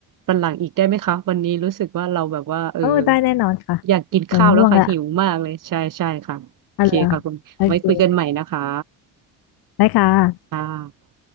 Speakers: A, on the right (about 55°); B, on the left (about 75°).
A: วันหลังอีกได้ไหมคะวันนี้รู้สึกว่าเราแบบว่าเออ
B: เออได้แน่นอนค่ะ
A: อยากกินข้าวแล้วค่ะหิวมากเลยใช่ใช่ค่ะโอเคค่ะคุณไว้คุยกันใหม่นะคะ
B: เดี๋ยวง่วงละอ่ะเหรอโอเคได้ค่ะ
A: ค่ะ